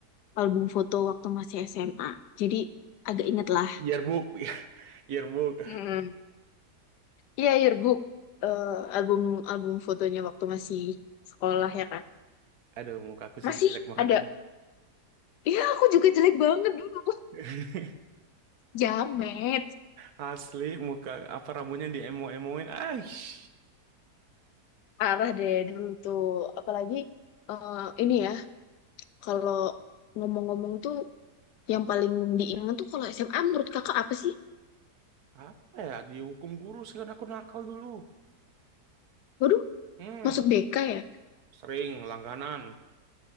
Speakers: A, on the left (about 80°); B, on the right (about 65°).
A: album foto waktu masih SMA. Jadi agak inget lah.
B: Yearbook, <laughs> yearbook.
A: Hmm. Iya, yearbook, eh, album album fotonya waktu masih sekolah ya kan.
B: Aduh, muka aku situ
A: Masih
B: jelek banget
A: ada.
B: lagi.
A: Iya, aku juga jelek banget dulu.
B: <laughs>
A: Jamet,
B: Asli, muka apa rambutnya diemo-emoin. Aish,
A: parah deh dulu tuh. Apalagi eh, ini ya, kalau ngomong-ngomong tuh yang paling diingat tuh kalau SMA menurut kakak apa sih?
B: apa ya? Dihukum guru sih karena aku nakal dulu.
A: Waduh,
B: Hmm,
A: masuk BK ya?
B: sering langganan.